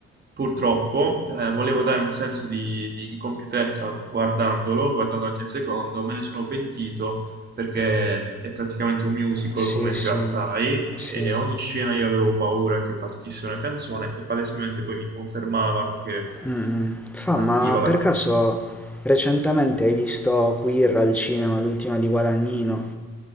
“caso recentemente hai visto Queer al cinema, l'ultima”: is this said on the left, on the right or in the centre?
Centre